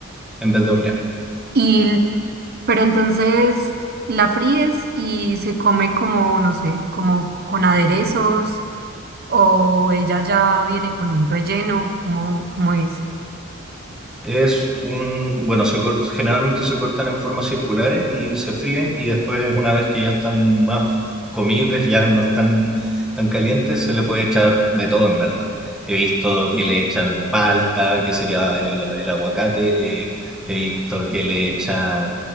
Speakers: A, in the centre; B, on the right.
A: en vez de hornear.
B: Y, pero entonces la fríes y se come como, no sé, como con aderezos o ella ya viene con un relleno, como, como es.
A: Es un, bueno, se cor- generalmente se cortan en formas circulares y se fríen y después una vez que ya están más comibles, ya no están tan calientes, se le puede echar de todo en verdad. He visto que le echan palta, que sería el, el aguacate, eh, he visto que le echan